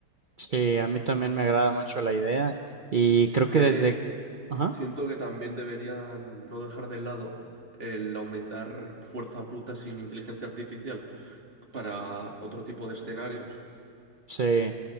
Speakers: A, on the right (about 75°); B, on the right (about 30°).
A: Sí, a mí también me agrada mucho la idea y
B: Sí
A: creo que
B: que
A: desde... Ajá.
B: siento que también deberían no dejar de lado el aumentar fuerza bruta sin inteligencia artificial para otro tipo de escenarios.
A: Sí.